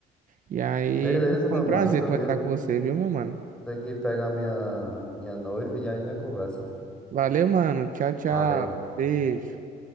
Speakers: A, on the right (about 50°); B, in the centre.
A: E aí,
B: Beleza,
A: foi
B: meu
A: um
B: mano.
A: prazer
B: Eu também
A: conversar
B: vou
A: com você, viu, meu mano?
B: vou ter que pegar minha, minha noiva e aí ainda conversa.
A: Valeu, mano. Tchau, tchau.
B: Valeu.
A: Beijo.